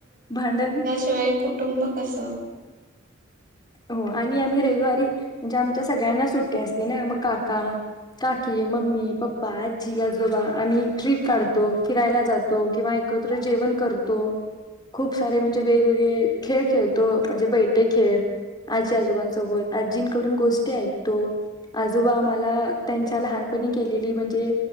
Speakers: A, on the left; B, on the right.
A: भांडण
B: शिवाय कुटुंब कसं?
A: हो आणि आम्ही रविवारी म्हणजे आमच्या सगळ्यांना सुट्टी असते ना मग काका, काकी मम्मी, पप्पा आजी, आजोबा आम्ही ट्रीप काढतो फिरायला जातो किंवा एकत्र जेवण करतो खूप सारे म्हणजे वेगवेगळे खेळ खेळतो म्हणजे बैठे खेळ आजी आजोबांसोबत आजींकडून गोष्टी ऐकतो आज आम्हाला त्यांच्या लहानपणी केलेली म्हणजे